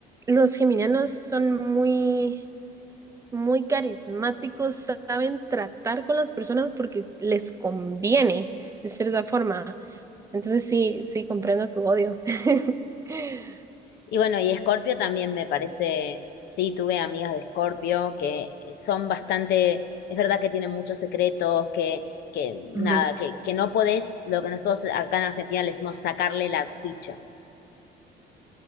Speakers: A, on the right; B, on the left.
A: los geminianos son muy, muy carismáticos, saben tratar con las personas porque les conviene de cierta forma. Entonces sí, sí, comprendo tu odio. <laughs>
B: Y bueno, y Escorpio también me parece, sí, tuve amigas de Escorpio que son bastante, es verdad que tienen muchos secretos, que, que nada,
A: Ujú.
B: que, que no podés, lo que nosotros acá en Argentina le decimos sacarle la ficha.